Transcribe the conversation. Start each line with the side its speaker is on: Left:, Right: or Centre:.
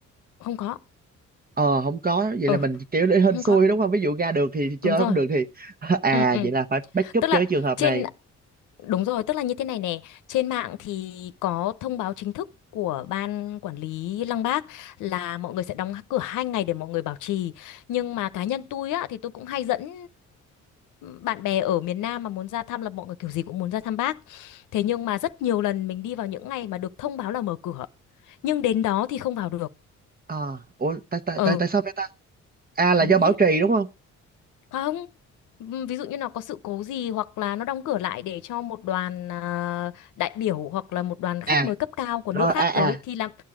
Left: không có
Right: Ờ không có, vậy
Left: ừ
Right: là mình kiểu để hên
Left: không
Right: xui
Left: có
Right: đúng không? Ví dụ ra được thì, chơi
Left: Đúng rồi.
Right: không được thì <laughs> à
Left: Ừ, ừ.
Right: vậy là phải backup
Left: Tức là
Right: cho cái trường hợp
Left: trên
Right: này.
Left: đúng rồi, tức là như thế này nè, trên mạng thì có thông báo chính thức của ban quản lý Lăng Bác là mọi người sẽ đóng cửa hai ngày để mọi người bảo trì. Nhưng mà cá nhân tôi á thì tôi cũng hay dẫn bạn bè ở miền Nam mà muốn ra thăm là mọi người kiểu gì cũng muốn ra thăm bác. Thế nhưng mà rất nhiều lần mình đi vào những ngày mà được thông báo là mở cửa. Nhưng đến đó thì không vào được.
Right: Ờ ủa tại tại
Left: Ừ,
Right: tại tại sao vậy ta? À là
Left: không
Right: do
Left: biết.
Right: bảo trì đúng không?
Left: Không, ừm, ví dụ như nó có sự cố gì hoặc là nó đóng cửa lại để cho một đoàn à, đại biểu hoặc là một đoàn khách
Right: À
Left: mời cấp cao của
Right: rồi
Left: nước khác
Right: à à
Left: tới thì là